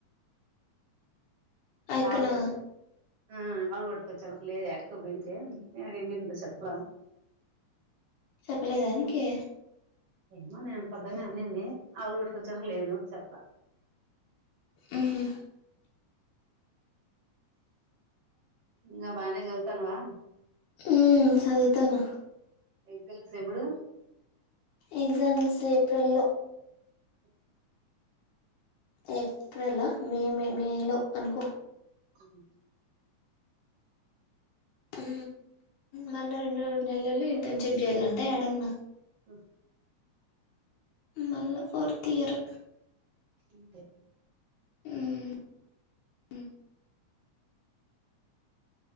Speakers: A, on the right; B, on the left.
A: నేను
B: ఐకనా
A: ఆవులు పట్టుకొచ్చే ఆ ఆలు పట్టుకోచ్చు ళ్ళకి లేదు యాడికోపోయిందే, యాడికి పోయిందో చెప్పలా
B: చెప్పలేదా నికి
A: ఏమో నేను పొద్దునే అనింది ఆవులు పట్టుకొచ్చేళ్ళకి లేదు చెప్తా.
B: ఉహు
A: ఇంక బానే చదుతున్నవా
B: ఉ సదువుతన్న
A: నీకు తెల్సి ఎప్పుడు
B: ఎగ్జామ్స్ ఏప్రిల్ లో
A: అ
B: ఏప్రేల మే మే మేలో అనుకో
A: <inaudible>
B: హూ మళ్ళ రెండు రోలు నెలలు ఇంటెన్షిప్ చేయాలంట ఎడన్నా.
A: అ
B: మళ్ళా ఫోర్త్ ఇయర్
A: అంతే
B: ఉహు ఉ